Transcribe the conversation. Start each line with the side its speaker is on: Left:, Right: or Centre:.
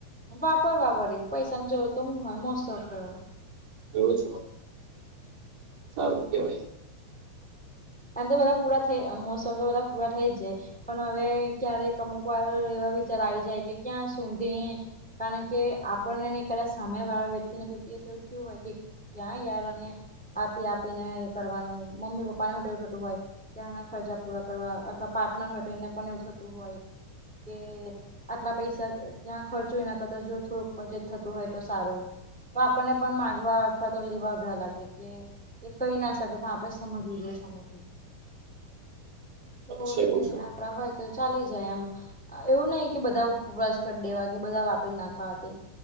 Centre: વાપર વપરી પૈસાની જરૂર તો હુ હોય મોજ-શોખ કરવા.
Right: એવું છે સારું કેવાય.
Centre: આમ તો બધા પૂરા થઈ મોજ-શોખ તો બધા પૂરા થઈ જ જાય. પણ હવે ક્યારેક અમુક વાર એવા વિચાર આવી જાય કે ક્યાં સુધી કારણ કે આપણનેને કદાચ સમય વાળા વ્યક્તિને કોઈ દિવસ એવું થયું હોય કે ક્યાં યાર અને આપી આપીને કરવાનું, મમ્મી પપ્ પાને એવું તેવું થતું હોય કે આના ખર્ચા પૂરા કરવા અથવા પાર્ટનર હોય તો એને પણ એવું થતું હોય કે આટલા પૈસા ત્યાં ખર્ચો એના કરતા જો થોડુંક બજેટ થતું હોય તો સારું. તો આપણને પણ માગવા અથવા તો લેવા અઘરા લાગે કે એ કહી ના શકે પણ આપડે સમ સમયથી તો
Right: અચ્છા
Centre: એટલે-
Right: એવું છે
Centre: - આપણા હોય તો ચાલી જાય એમ. એવું નહિ કે બધાસ કરી દેવા કે બધા વાપરી નાખવા. તે